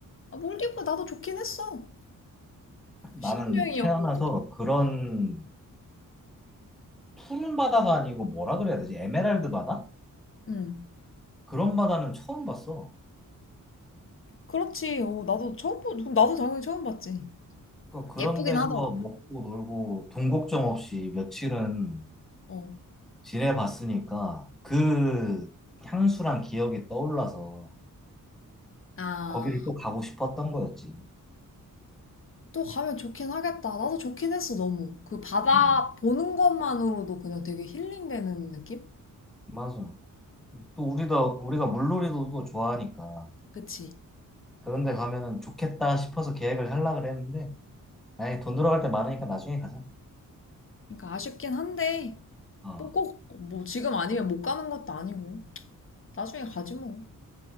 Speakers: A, on the left; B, in the centre.
A: 아, 몰디브 나도 좋긴 했어.
B: 나는
A: 신혼여행이었거든.
B: 태어나서 그런 푸른 바다가 아니고 뭐라 그래야 되지? 에메랄드 바다?
A: 응.
B: 그런 바다는 처음 봤어.
A: 그렇지. 어, 나도 처음, 보- 나도 당연히 처음 봤지.
B: 그- 그런
A: 예쁘긴
B: 데서
A: 하더라.
B: 먹고 놀고 돈 걱정 없이 며칠은
A: 어.
B: 지내봤으니까 그 향수랑 기억이 떠올라서
A: 아,
B: 거기를 또 가고 싶었던 거였지.
A: 또 가면 좋긴 하겠다. 나도 좋긴 했어, 너무. 그 바다
B: 응.
A: 보는 것만으로도 그냥 되게 힐링되는 느낌?
B: 맞아. 또 우리도 우리가 물놀이도 또 좋아하니까
A: 그치?
B: 그런 데 가면은 좋겠다 싶어서 계획을 하려고 했는데 아예 돈 들어갈 때 많으니까 나중에 가자.
A: 그러니까 아쉽긴 한데,
B: 어.
A: 뭐 꼭, 뭐 지금 아니면 못 가는 것도 아니고. 나중에 가지 뭐.